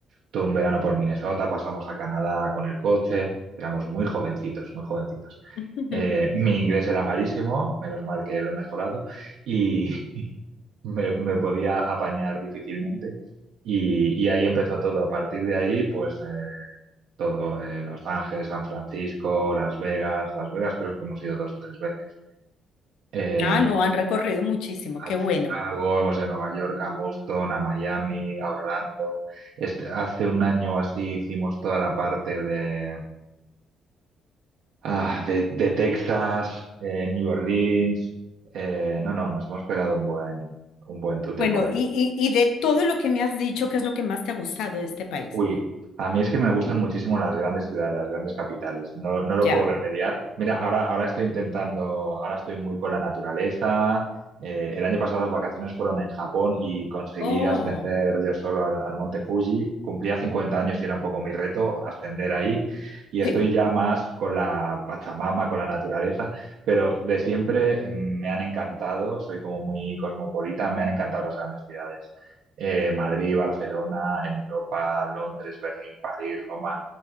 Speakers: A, on the right (about 80°); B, on the left (about 80°).
A: todo un verano por Minnesota, pasamos a Canadá con el coche, éramos muy jovencitos, muy jovencitos.
B: <laughs>
A: Eh, mi inglés era malísimo, menos mal que lo he mejorado, y <laughs> me, me podía apañar difícilmente. Y, y ahí empezó todo. A partir de ahí, pues eh, todo, eh, Los Ángeles, San Francisco, Las Vegas. Las Vegas creo que hemos ido dos o tres veces. Eh,
B: Ah, no, han recorrido muchísimo, qué
A: a Chicago,
B: bueno.
A: hemos ido a Nueva York, a Boston, a Miami, a Orlando. Este, hace un año o así hicimos toda la parte de, ah, de, de Texas, eh, New Orleans. Eh, no, no, nos hemos pegado un buen, un buen tute
B: Bueno,
A: por
B: y, y, y de todo lo que me has dicho, ¿qué es lo que más te ha gustado de este país?
A: Uy, a mí es que me gustan muchísimo las grandes ciudades, las grandes capitales. No, no lo
B: Ya.
A: puedo remediar. Mira, ahora, ahora estoy intentando, ahora estoy muy con la naturaleza. Eh, el año pasado las vacaciones fueron en Japón y conseguí
B: Oh,
A: ascender yo solo al, al Monte Fuji. Cumplía 50 años y era un poco mi reto ascender ahí. Y estoy
B: sí,
A: ya más con la Pachamama, con la naturaleza, pero de siempre mm, me han encantado, soy como muy cosmopolita, me han encantado las grandes ciudades eh, Madrid, Barcelona, en Europa, Londres, Berlín, París, Roma.